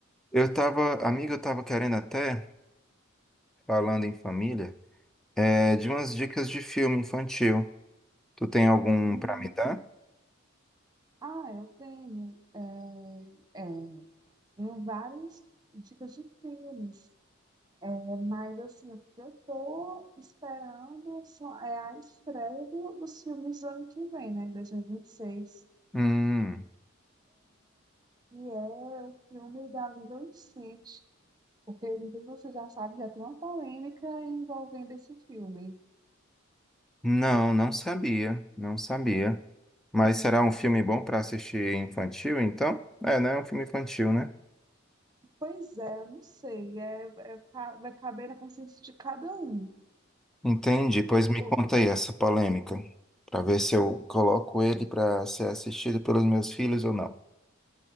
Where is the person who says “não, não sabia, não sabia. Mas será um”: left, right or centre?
Centre